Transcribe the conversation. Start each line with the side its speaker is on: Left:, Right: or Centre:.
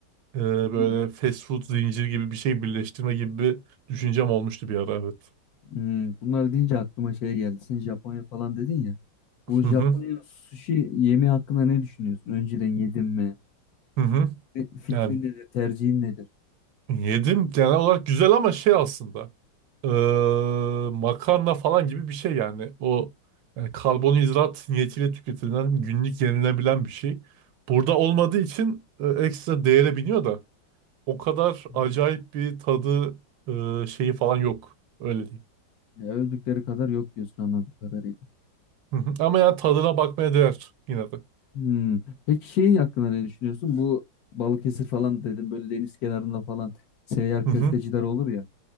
Right: e,
Left: Bu-
Right: böyle
Left: bu-
Right: fast food zincir gibi bir şey birleştirme gibi bir düşüncem olmuştu bir ara evet.
Left: Hmm. Bunları deyince aklıma şey geldi. Sen Japonya falan dedin ya. Bu Japonya'nın
Right: Hı hı,
Left: sushi yemeği hakkında ne düşünüyorsun? Önceden yedin mi?
Right: hı hı.
Left: Fi- Fikrin
Right: Yani
Left: nedir? Tercihin nedir?
Right: Yedim genel olarak güzel ama şey aslında eee, makarna falan gibi bir şey yani o yani karbonhidrat niyetiyle tüketilen günlük yenilebilen bir şey. Burada olmadığı için e, ekstra değere biniyor da o kadar
Left: Hmm.
Right: acayip bir tadı e, şeyi falan yok öyle diyeyim.
Left: Ya övdükleri kadar yok diyorsun anladığım kadarıyla.
Right: Hı hı. Ama yani tadına bakmaya değer yine de.
Left: Hmm. Peki şey hakkında ne düşünüyorsun? Bu Balıkesir falan dedim böyle deniz kenarında falan seyyar
Right: Hı
Left: köfteciler
Right: hı,
Left: olur ya.